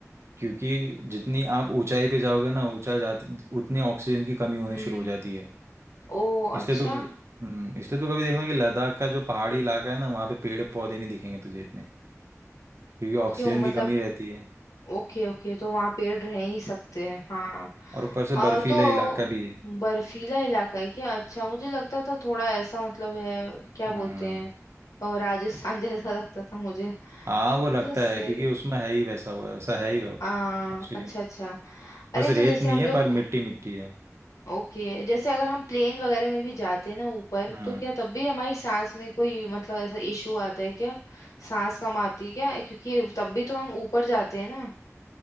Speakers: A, on the right; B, on the left.
A: क्योंकि जितनी आप ऊंचाई पे जाओगे ना ऊंचा जाते उतनी ऑक्सीजन की कमी होनी
B: हम्म
A: शुरू हो जाती है
B: ओ
A: इसलिए
B: अच्छा
A: तो हम्म इसलिए तो कभी देखना कि लद्दाख का जो पहाड़ी इलाका है ना वहाँ पे पेड़ पौधे
B: हम्म
A: नहीं दिखेंगे तुझे इतने क्योंकि
B: क्यों
A: ऑक्सीजन
B: मतलब
A: की कमी रहती है
B: ओके ओके तो वहाँ पेड़ रह ही सकते हैं हाँ
A: और ऊपर से
B: आ,
A: बर्फीला
B: तो
A: इलाका भी है
B: बर्फीला इलाका है क्या अच्छा मुझे लगता था थोड़ा ऐसा मतलब है क्या
A: हम्म
B: बोलते हैं और राजस्थान <laughs> जैसा लगता था मुझे
A: हाँ
B: चलो
A: वो लगता
B: सही
A: है क्योंकि
B: है
A: उसमें है ही वैसा वो वैसा है ही वो
B: आ,
A: एक्चुअली
B: अच्छा अच्छा अरे
A: बस
B: तो
A: रेत
B: जैसे
A: नहीं
B: हम
A: है
B: लोग
A: पर मिट्टी मिट्टी है
B: ओके जैसे अगर हम प्लेन वगैरह में भी जाते हैं ना ऊपर
A: हम्म
B: तो क्या तब भी हमारी सांस में कोई मतलब ऐसा इशू आता है क्या सांस कम आती है क्या क्योंकि तब भी तो हम ऊपर जाते हैं ना